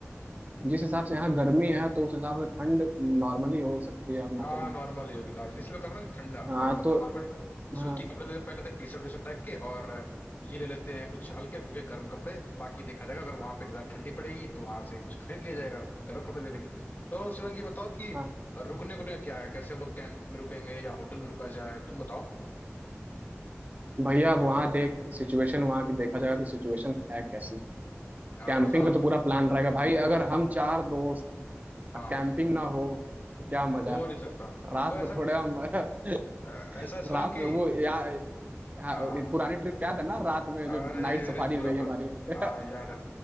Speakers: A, on the right (about 35°); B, on the left (about 45°).
A: जिस हिसाब से यहाँ गर्मी है तो उस हिसाब से ठंड नॉर्मली हो सकती है अरुणाचल
B: हाँ
A: में
B: नॉर्मल ही होगी नॉर्मल इसलिए मैं कर रहा हूँ कि ठंडा
A: हाँ
B: अ, मतलब
A: तो
B: नॉर्मल सूती
A: हाँ
B: कपड़े ले पहले लेते हैं T shirt V shirt type के और ये ले लेते हैं कुछ हल्के फुल्के गर्म कपड़े बाकी देखा जाएगा अगर वहां पे ज्यादा ठंडी पड़ेगी तो वहां से कुछ खरीद लिया जाएगा गर्म कपड़े ले लेंगे तो शिवांग ये बताओ कि
A: हाँ
B: रुकने को क्या है कैसे हम लोग कैंप में रुकेंगे या होटल में रुका जाए तुम बताओ
A: भैया अब वहाँ देख सिचुएशन वहाँ की देखा जाएगा कि सिचुएशन है कैसी
B: हाँ
A: कैंपिंग
B: थोड़ा सा
A: का तो पूरा प्लान रहेगा भाई अगर हम चार दोस्त
B: हाँ
A: कैंपिंग ना हो तो क्या मजा
B: हो नहीं सकता
A: रात
B: तो
A: में
B: ऐसा
A: थोड़ा हम <laughs>
B: अ, ऐसा शिवांग
A: रात में
B: की
A: वो या हाँ,
B: हाँ हाँ
A: ये पुरानी ट्रिप याद है ना रात में
B: अरे
A: जो नाइट सफारी
B: अरे पूरा
A: रही
B: पूरा
A: हमारी <laughs>
B: हाँ याद